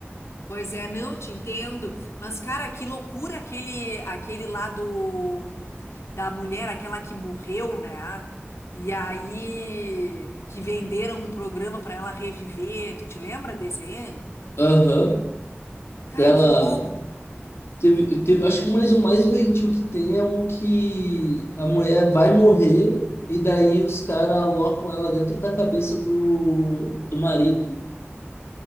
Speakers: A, on the left; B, on the left.
A: Pois é, não te entendo, mas cara, que loucura aquele aquele lá do da mulher, aquela que morreu, né? E aí que venderam um programa pra ela reviver. Tu te lembra desse aí?
B: <laughs> Aham.
A: Cara,
B: Dela...
A: que louco.
B: Teve, teve, acho que mais, o mais doentio que tem é um que a mulher vai morrer e daí os caras alocam ela dentro da cabeça do, do marido.